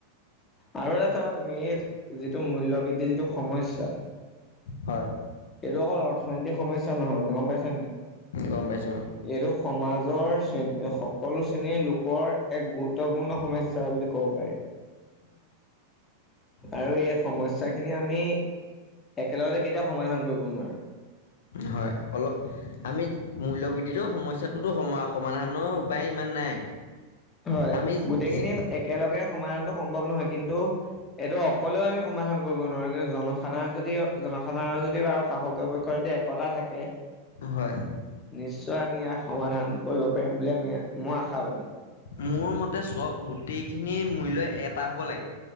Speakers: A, on the left; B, on the left.
A: আৰু এটা তুমি। এইটো মূল্যবৃদ্ধি যিটো সমস্যা।
B: হয়।
A: এইটো অকল অৰ্থনৈতিক সমস্যা নহয়, মানে গ'ম পাইছেনে নাই।
B: গম পাইছো
A: এইটো সমাজৰ শ্ৰেণী সকলো শ্ৰেণীৰ লোকৰ এক গুৰুত্ব। গুৰুত্বপূৰ্ণ সমস্যা বুলি ক'ব পাৰি। আৰু এই সমস্যা খিনি আমি একেলগতে কেতিয়াও সমাধান কৰিব নোৱাৰো।
B: হয়, অলপ আমি মূল্যবৃদ্ধিতো সমস্যাটোতো সম সমাধানৰ উপায় ইমান নাই।
A: হয়
B: আমি
A: গোটেইখিনি
B: যি
A: একেলগে সমাধান সম্ভৱ নহয়, কিন্তু এইটো অকলেও আমি সমাধান কৰিব নোৱাৰো কিন্তু জনসাধাৰণ যদি জনসাধাৰণৰ যদি ব আৰু শাসকীয় পক্ষ যদি একটা থাকে।
B: হয়
A: নিশ্চয় আমি ইয়াক সমাধান কৰিব পাৰিম বুলি আমি, মই আশাবাদী।
B: মোৰ মতে চ'ব গোটেইখিনি মূল্যয় এটা হ'ব লাগে।